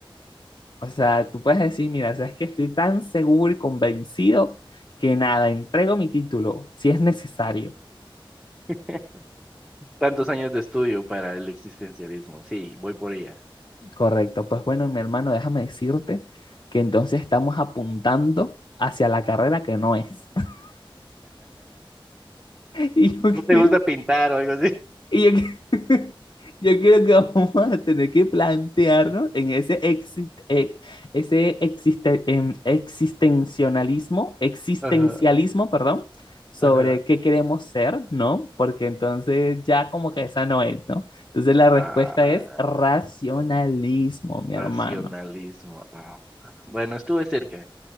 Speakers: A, on the left; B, in the centre.
A: O sea, tú puedes decir, mira, sabes que estoy tan seguro y convencido que nada, entrego mi título si es necesario.
B: <laughs> Tantos años de estudio para el existencialismo. Sí, voy por ella.
A: Correcto. Pues bueno, mi hermano, déjame decirte que entonces estamos apuntando hacia la carrera que no es. <laughs> Y yo
B: ¿No
A: quedé
B: te gusta pintar o algo así?
A: Y yo, que- <laughs> yo creo que vamos a tener que plantearnos en ese, exist- eh, ese existe- em, existencialismo, existencialismo,
B: Ajá,
A: perdón, sobre
B: ajá.
A: qué queremos ser, ¿no? Porque entonces ya como que esa no es, ¿no? Entonces la respuesta
B: Ah,
A: es racionalismo, mi
B: racionalismo.
A: hermano.
B: Ah, bueno, estuve cerca.